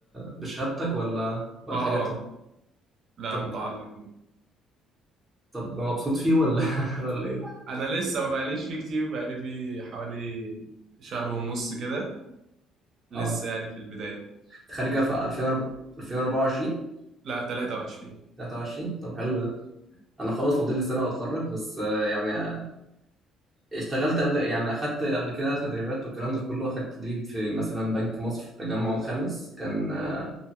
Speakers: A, in the centre; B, on the right.
A: بشهادتك ولا ولا
B: اه
A: حاجاتك
B: اه لا
A: طب
B: متعلق
A: طب مبسوط فيه ولا <laughs> ولا إيه؟
B: أنا لسه ما بقاليش فيه كتير بقالي فيه حوالي شهر ونص كده لسه
A: أه
B: يعني في البداية
A: أنت خارج في 2024
B: لا 23
A: 23 طب حلو ده انا خلاص فاضل لي سنه واتخرج بس آه، يعني آه، اشتغلت قبل يعني اخدت قبل كده تدريبات والكلام ده كله اخدت تدريب في مثلا بنك مصر في التجمع الخامس كان آه،